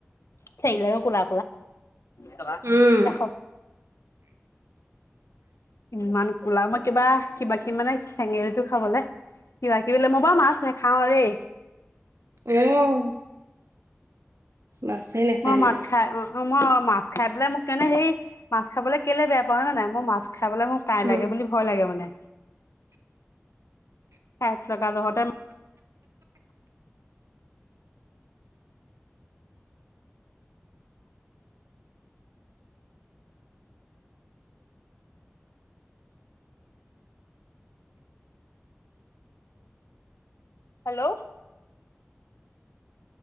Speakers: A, on the left; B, on the right.
A: চেঙেলী বিলাক কোলা, কোলা।
B: উম
A: এখ
B: <unintelligible>
A: ইমান কোলা, মই কিবা, কিবা- কিবি মানে চেঙেলটো খাবলৈ কিবা- কিবি বোলে, মই মাছ নেখাওঁ দে।
B: <unintelligible> মাছেই নাখায়
A: মই
B: মানে
A: মাত খাই অ। অ মই মাছ খাই পেলাই মোক মানে সেই মাছ খাবলৈ কেলে বেয়া পাওঁ হয়ে নে নাই মই মাছ খাবলৈ মোৰ কাই
B: উম
A: লাগে বুলি ভয় লাগে মানে। কাঁইট লগা যহতে হেল্ল'